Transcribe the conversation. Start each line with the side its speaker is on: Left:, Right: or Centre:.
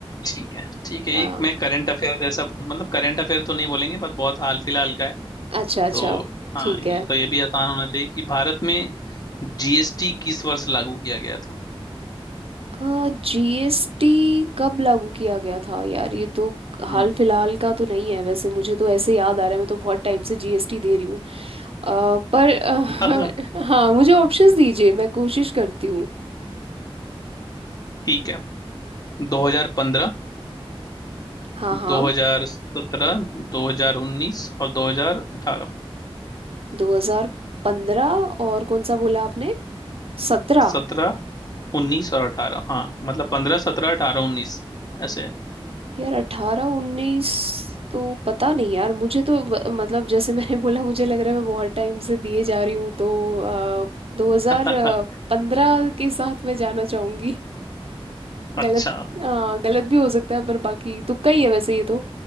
Left: ठीक है ठीक है
Right: हाँ
Left: एक मैं करंट अफेयर जैसा पूछ मतलब करंट अफेयर तो नहीं बोलेंगे बट बहुत हाल फिलहाल का है
Right: अच्छा अच्छा
Left: तो
Right: ठीक
Left: हाँ ये
Right: है
Left: तो ये भी आसान होना चाहिए कि भारत में जीएसटी किस वर्ष लागू किया गया था
Right: जीएसटी कब लागू किया गया था यार ये तो हाल
Left: हम्म
Right: फिलहाल का तो नहीं है वैसे मुझे तो ऐसे याद आ रहा है मैं तो बहुत टाइम से जीएसटी दे रही हूँ अ, पर अ,
Left: <laughs>
Right: <laughs> हाँ मुझे ऑप्शंस दीजिए मैं कोशिश करती हूँ
Left: ठीक है 2015
Right: हाँ हाँ
Left: 2017 2019 और 2018
Right: 2015 और कौन सा बोला आपने 17
Left: सत्रह उन्नीस और अठारह हाँ मतलब पंद्रह सत्रह अठारह उन्नीस ऐसे
Right: यार अठारह उन्नीस तो पता नहीं यार मुझे तो व- मतलब जैसे मैंने बोला मुझे लग रहा है मैं बहुत टाइम से दिए जा रही हूँ तो आ, दो हजार
Left: <laughs>
Right: पंद्रह के साथ मैं जाना चाहूंगी गलत
Left: अच्छा
Right: अ, गलत भी हो सकता है पर बाकी तुक्का ही है वैसे ये तो